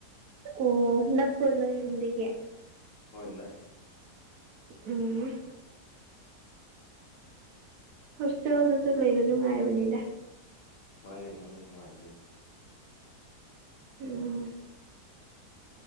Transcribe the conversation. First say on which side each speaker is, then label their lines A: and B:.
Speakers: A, on the right; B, on the left.
A: ꯑꯣ ꯅꯛꯄ꯭ꯔꯣ ꯅꯪ ꯌꯨꯝꯗꯒꯤ
B: ꯍꯣꯏ ꯅꯛꯏ
A: ꯎꯝ ꯑ ꯍꯣꯁꯇꯦꯜꯗꯨꯁꯨ ꯂꯩꯕ ꯅꯨꯡꯉꯥꯏꯕꯅꯤꯗ
B: ꯃꯥꯅꯦ ꯃꯥꯅꯦ ꯅꯨꯡꯉꯥꯏꯕꯅꯤꯗ
A: ꯎ